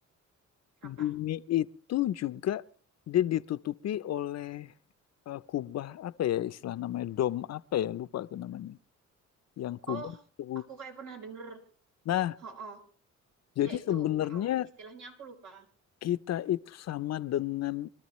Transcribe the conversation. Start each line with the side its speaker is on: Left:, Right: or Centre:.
Right: Apa?
Left: Bumi itu juga dia ditutupi oleh eh, kubah apa ya istilah namanya dom apa ya lupa aku namanya. Yang kubah
Right: Oh,
Left: itu.
Right: aku kayak pernah denger.
Left: Nah,
Right: Ho-oh.
Left: jadi
Right: Ya itu.
Left: sebenarnya
Right: Ho-oh. Istilahnya aku lupa.
Left: kita itu sama dengan